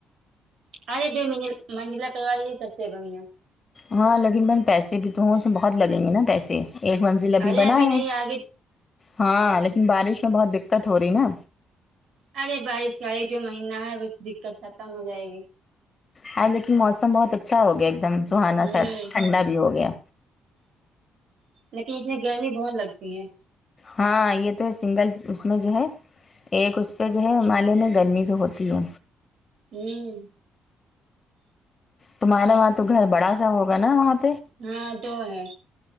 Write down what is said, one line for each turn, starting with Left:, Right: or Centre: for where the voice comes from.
Right: اے جومنجل منجلا کرلوا لیے سب سے بڑھیا
Left: ہاں لیکن میں پیسے بھی تو ہوں اس میں بہت لگیں گے نا پیسے ایک منزل ابھی
Right: ارے
Left: بنا
Right: نہیں
Left: ہے
Right: آگے
Left: ہاں لیکن بارش میں بہت دقت ہو رہی نا
Right: ارے بارش کا ایک دو مہینہ ہے بس دقت ختم ہو جائے گی
Left: ہے لیکن موسم ہم بہت اچھا ہو گیا ایک دم سہانا
Right: ہوں
Left: سا ٹھنڈا بھی ہو گیا
Right: لیکن اس میں گرمی بہت لگتی ہے
Left: ہاں یہ تو ہے سنگل اس میں جو ہے ایک اس پہ جو ہے مالے میں گرمی جو ہوتی ہے
Right: ہوں
Left: تمہارے وہاں تو گ بڑا ہوگا نا وہاں پ
Right: ہاں دو ہے